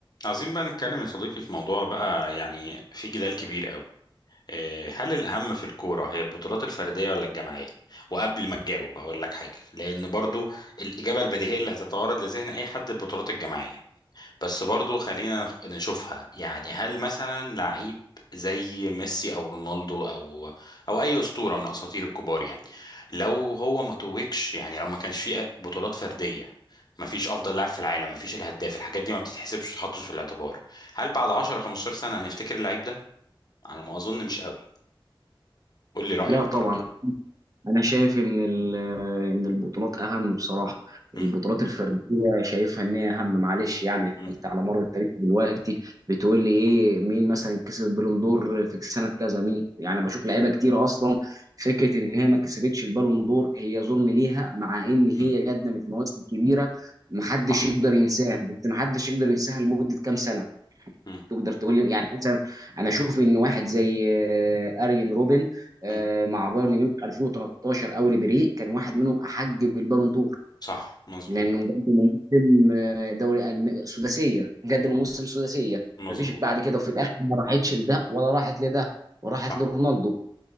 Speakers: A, on the left; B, on the right.
A: عايزين بقى نتكلم يا صديقي في موضوع بقى يعني في جدال كبير قوي إيه، هل الأهم في الكورة هي البطولات الفردية ولا الجماعية؟ وقبل ما تجاوب هقول لك حاجة لأن برضو الإجابة البديهية اللي هتتوارد لذهن أي حد البطولات الجماعية بس برضو خلينا نشوفها يعني هل مثلا لعيب زي ميسي او رونالدو او او اي اسطوره من اساطير الكبار يعني لو هو ما توجش يعني لو ما كانش فيه بطولات فرديه ما فيش افضل لاعب في العالم ما فيش الهداف الحاجات دي ما بتتحسبش وتتحطش في الاعتبار هل بعد 10 15 سنه هنفتكر اللعيب ده على ما اظن مش قوي قول لي رايك
B: لا طبعا
A: برضو
B: انا شايف ان ال- ان البطولات اهم بصراحه
A: مم.
B: البطولات الفرديه شايفها ان هي اهم معلش يعني
A: مم.
B: انت على مر التاريخ دلوقتي بتقول لي ايه مين مثلا كسب البالون دور في سنه كذا مين يعني بشوف لعيبه كتير اصلا فكره ان هي ما كسبتش البالون دور هي ظلم ليها مع ان هي
A: مم.
B: قدمت مواسم كبيره محدش
A: صح
B: يقدر ينساها بس محدش يقدر ينساها لمده كام سنه
A: مم.
B: تقدر تقول لي يعني مثلا انا اشوف ان واحد زي آه، اريان روبن آه،
A: مم.
B: مع بايرن ميونخ 2013 او ريبيري كان واحد منهم احق بالبالون دور
A: صح مظبوط
B: لانه قدم موسم آه، دوري ألم- سداسيه قدم
A: مم.
B: موسم سداسيه
A: مظبوط
B: مفيش بعد كده وفي الاخر ما راحتش لده ولا راحت لده وراحت
A: صح
B: لرونالدو